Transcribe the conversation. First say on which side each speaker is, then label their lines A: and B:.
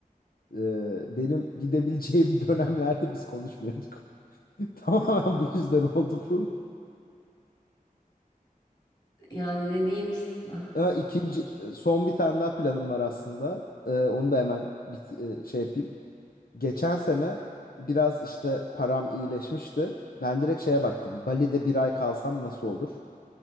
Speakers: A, on the left; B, on the left.
A: Ee, benim gidebileceğim <laughs> dönemlerde biz konuşmuyorduk. <laughs> Tamamen bu yüzden oldu bu.
B: Yani ne diyeyim ki sana.
A: Ha, ikinci e, son bir tane daha planım var aslında. Ee, onu da hemen bit e, şey yapayım. Geçen sene biraz işte param iyileşmişti. Ben direkt şeye baktım. Bali'de bir ay kalsam nasıl olur?